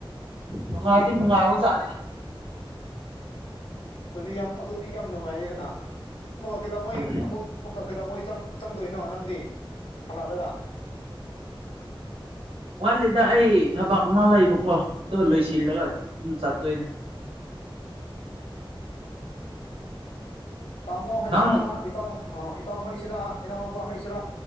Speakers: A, on the right (about 90°); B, on the left (about 85°).
A: ꯅꯨꯡꯉꯥꯏꯗꯤ
B: <unintelligible>
A: ꯅꯨꯡꯉꯥꯏꯕꯖꯥꯠꯅꯤ
B: ꯑꯗꯨꯗꯤ ꯌꯥꯝ ꯑꯗꯨꯗꯤ ꯌꯥꯝ ꯅꯨꯡꯉꯥꯏꯌꯦꯗꯅ ꯃꯨꯛꯀ ꯀꯩꯗꯧꯉꯩ
A: ꯎꯝ
B: ꯑꯃꯨꯛ ꯑꯃꯨꯛꯀ ꯀꯩꯗꯧꯉꯩ ꯆꯪ ꯆꯪꯗꯣꯏꯅꯣ ꯅꯪꯗꯤ ꯍꯜꯂꯗꯒ
A: ꯋꯥꯠꯂꯤꯗ ꯑꯩ ꯊꯕꯛ ꯑꯃ ꯂꯩꯕꯀꯣ ꯑꯗꯣ ꯂꯣꯏꯁꯤꯜꯂꯒ ꯎꯝ ꯆꯠꯇꯣꯏꯅꯦ
B: ꯇꯥꯃꯣ ꯍꯩꯁꯤꯔꯥ
A: ꯅꯪ
B: ꯏꯇꯥꯎ ꯑ ꯏꯇꯥꯎ ꯍꯩꯁꯤꯔꯥ ꯏꯅꯥꯎꯅꯨꯄꯥ ꯍꯩꯁꯤꯔꯥ